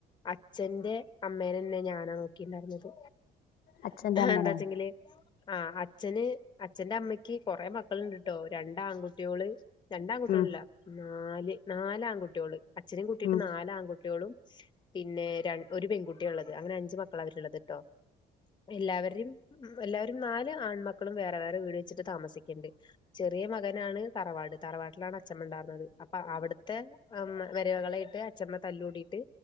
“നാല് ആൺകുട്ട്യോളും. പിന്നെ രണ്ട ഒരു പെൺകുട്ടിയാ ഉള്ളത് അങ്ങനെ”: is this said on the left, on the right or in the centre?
Left